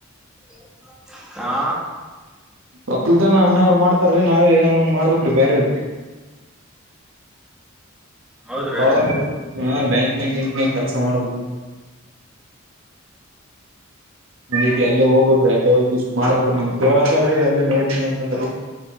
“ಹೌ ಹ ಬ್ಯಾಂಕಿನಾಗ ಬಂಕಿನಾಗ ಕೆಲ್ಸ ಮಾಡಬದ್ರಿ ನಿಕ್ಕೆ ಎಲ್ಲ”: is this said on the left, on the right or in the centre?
Right